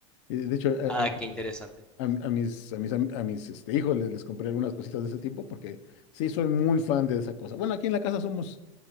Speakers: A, on the left (about 65°); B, in the centre.
A: Y De hecho, a,
B: Ah,
A: a-
B: qué interesante.
A: a- a mis, a mis, am- a mis este, hijos les, les compré algunas cositas de ese tipo porque sí soy muy fan de esa cosa. Bueno, aquí en la casa somos,